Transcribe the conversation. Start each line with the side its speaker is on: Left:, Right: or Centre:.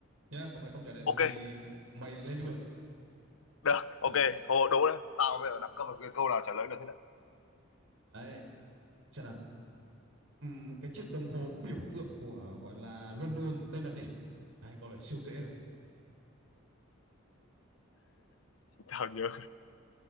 Right: nhá, còn mày không trả lời được
Left: Ok.
Right: thì mày lên đường.
Left: Được.
Right: Đấy,
Left: Ok. Hồ đố đây. Tao bây giờ đẳng cấp là cái câu nào trả lời được hết đấy.
Right: đấy, xem nào. Ừm, cái chiếc đồng hồ biểu tượng của gọi là London tên là gì? Đấy, câu này siêu dễ này.
Left: <laughs> Tao nhớ.